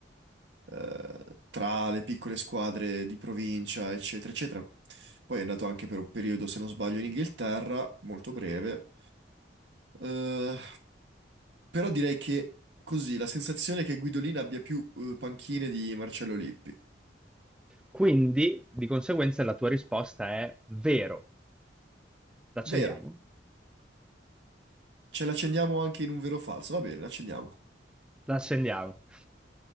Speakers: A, on the right; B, in the centre.
A: eh, tra le piccole squadre di provincia, eccetera, eccetera. Poi è andato anche per un periodo, se non sbaglio, in Inghilterra, molto breve. Eh, però direi che così la sensazione è che Guidolin abbia più eh, panchine di Marcello Lippi.
B: Quindi, di conseguenza, la tua risposta è vero. L'accendiamo?
A: Vero, ce l'accendiamo anche in un vero o falso. Va bene, l'accendiamo.
B: L'accendiamo.